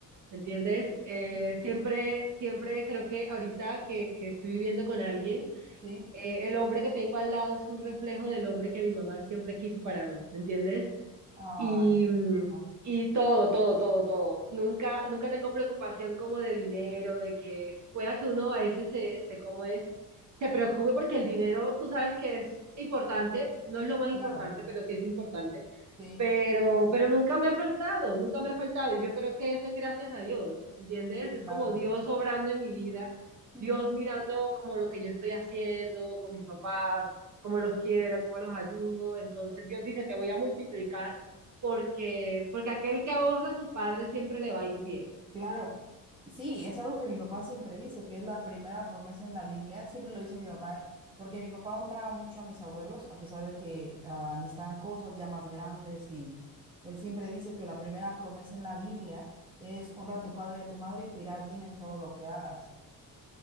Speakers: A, on the right (about 55°); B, on the right (about 15°).
A: ¿me entiendes? Eh,
B: sí,
A: siempre, siempre creo que ahorita que, que estoy viviendo con alguien,
B: sí.
A: eh, el hombre que tengo al lado es un reflejo del hombre que mi mamá siempre quiso para mí, ¿me entiendes?
B: Ay,
A: y, mm,
B: ajá.
A: y todo, todo, todo, todo. Nunca, nunca tengo preocupación como de dinero, de que pueda que uno a veces se, se como es, se preocupe porque el dinero, tú sabes que es importante, no es lo
B: Sí,
A: más importante,
B: claro,
A: pero sí es importante
B: sí,
A: pero, pero nunca me ha faltado, nunca me ha faltado. Y yo creo que eso es gracias a Dios, ¿entiendes?
B: sí,
A: Es
B: claro.
A: como Dios obrando en mi vida,
B: Mm.
A: Dios mirando como lo que yo estoy haciendo con mis papás, cómo los quiero, cómo los ayudo. Entonces Dios dice, te voy a multiplicar porque, porque aquel que ahorra a su padre siempre le va a ir bien.
B: Claro, sí, es algo que mi papá siempre dice, que es la primera promesa en la Biblia, siempre lo dice mi papá, porque mi papá honraba mucho a mis abuelos, a pesar de que ah, necesitaban cosas ya más grandes, y él siempre dice que la primera promesa en la Biblia es honra a tu padre y a tu madre y te irá bien en todo lo que hagas.